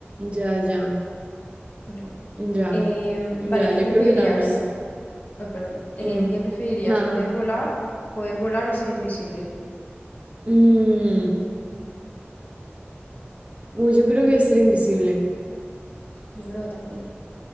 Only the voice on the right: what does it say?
ya, ya,
ya,
ya,
yo
creo que también.
Mm,
Nada,
nada.
Mm, uy, yo creo que ser invisible.